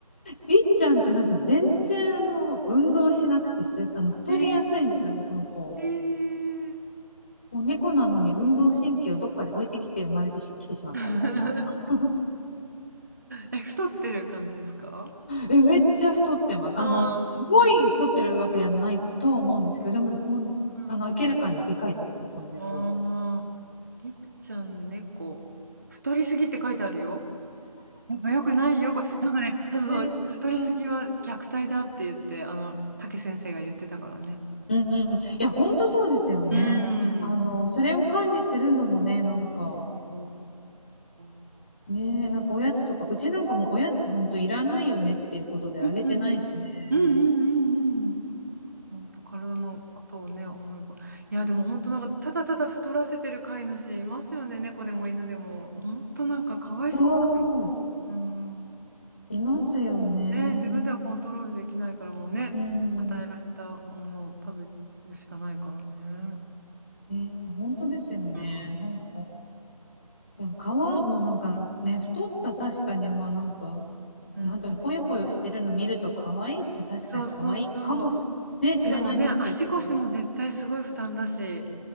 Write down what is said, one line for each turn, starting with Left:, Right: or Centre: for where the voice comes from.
Left: りっちゃんってなんか全然あの運動しなくてす、あの太りやすいんですよね、
Right: えー、
Left: この子。
Right: えー
Left: もう猫なのに運動神経をどっかに置いてきて生まれてしきてしまったみたいな。
Right: <laughs>
Left: <laughs>
Right: え、太ってる感じですか
Left: え、めっちゃ太ってます。
Right: あ
Left: あの、すごい太ってるわけではないとは思うんですけど、でも、もう、
Right: あー、うん
Left: あの、明らかにでかいですね、この猫。
Right: ああ、りっちゃん猫。太りすぎって書いてあるよ。やっぱよくないよ、これ。なんかね、そうそう、
Left: えーうんうん
Right: 太りすぎは虐待だって言って、あの、竹先生が言ってたからね。
Left: うんうんいや、本当そうですよね。
Right: うん。
Left: あの、それを管理するのもね、なんか、
Right: おー。
Left: ねえ、なんかおやつとか、うちなんかもおやつほんといらないよねっていうことであげてないしね。
Right: うんうんうんうんうんうんうん。本当体のことをね、思えば。いや、でも本当なんか、ただただ太らせてる飼い主いますよね、猫でも犬でも。本当なんか、かわいそうなのに。
Left: そ
Right: うん。
Left: う、いますよね。
Right: ね、自分ではコントロールできないからもうね、
Left: うんうんうん。
Right: 与えられたものを食べるしかないからね。
Left: ね、本当ですよね。
Right: うん。
Left: なんか、いや、皮、まあなんかね、太った確かに、まあなんか、
Right: うん、
Left: なんだろう、ぽよぽよしてるの見ると可愛いっちゃ確かに可愛いかもし、
Right: そうそうそう。
Left: ね、知れないんですけど。
Right: でもね、足腰も絶対すごい負担だし、